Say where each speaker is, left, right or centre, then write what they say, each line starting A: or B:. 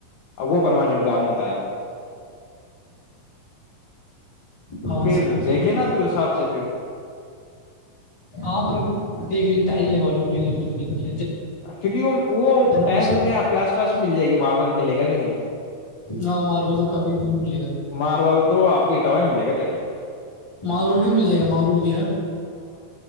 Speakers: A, on the left; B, on the left.
A: ا وہ پرماننٹ کام ہوتا ہے
B: ہاں
A: پھر
B: صحیح ہے صحی
A: دیکھ لینا
B: ہے
A: پھر اس حساب سے پھر
B: آپ دیکھ ل تے بگ
A: کیونکہ وہ ٹائل
B: موسم
A: جو کیا آپ کے آس پاس بھی مل جائے گی ماربل میں ملے گا بھی نہیں
B: ہاں مارول تو کبھی تو نہیں بولے گاھی
A: ماربل تو آپ کو اٹاوا ہی ملے گا جا کے پھر
B: مانگرول بھی تو مل جائے گا مانگروم وغیرہ